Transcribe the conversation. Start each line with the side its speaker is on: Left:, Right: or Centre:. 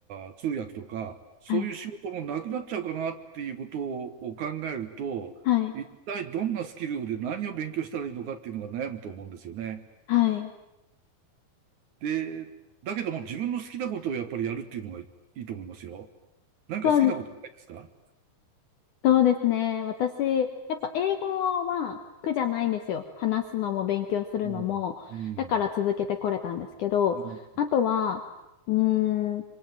Right: ー、通訳とか、そういう仕事もなくなっちゃうかなっていうことを考えると、
Left: はい。はい。
Right: 一体どんなスキルで何を勉強したらいいのかっていうのが悩むと思うんですよね。
Left: はい。
Right: で、だけども自分の好きなことをやっぱりやるっていうのがいいと思いますよ。なんか好きなことないですか
Left: そうです。そうですね。私、やっぱ英語は苦じゃないんですよ。話すのも勉強するのも。
Right: うん、うん、
Left: だから続けてこれたんですけど、
Right: うん、
Left: あとは、うー